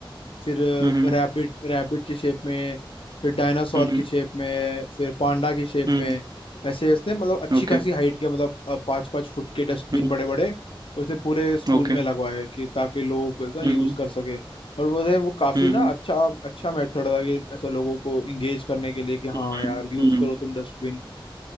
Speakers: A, on the left; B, on the right.
A: फिर
B: हम्म हम्म
A: रैबिट रैबिट की शेप में फिर डायनासोर
B: हम्म
A: की शेप में फिर पांडा की शेप
B: हम्म,
A: में ऐसे उसने मतलब अच्छी
B: ओके
A: खासी हाइट के मतलब पाँच पाँच फुट के डस्टबिन
B: हम्म
A: बड़े बड़े उसने पूरे स्कूल
B: ओके
A: में लगवाए कि ताकि लोग ना यूज
B: हम्म हम्म
A: कर सके और मुझे वो काफी
B: हम्म
A: ना अच्छा अच्छा मेथड था कि ऐसा लोगों को इंगेज करने के लिए कि हाँ
B: हम्म,
A: यार यूज
B: हम्म,
A: करो तुम डस्टबिन